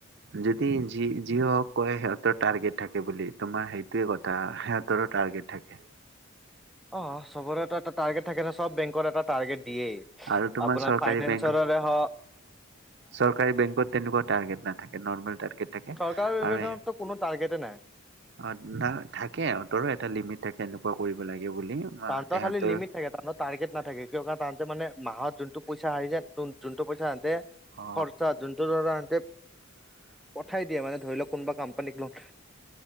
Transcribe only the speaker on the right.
যদি যি যি হক কয় সিহঁতৰ টাৰ্গেট থাকে বুলি তোমাৰ সেই সেইটো কথা তাহাতাৰো টাৰ্গেট থাকে।
আৰু তোমাৰ
চৰকাৰী
বেংক
চৰকাৰী বেংকত তেনেকুৱা টাৰ্গেট নাথাকে নৰ্মেল টাৰ্গেট থাকে
আৰু
অ, না থাকে সহঁতৰো এটা লিমিট থাকে এনেকুৱা কৰিব লাগে। বুলি
সিহঁতৰ
অ
<unintelligible>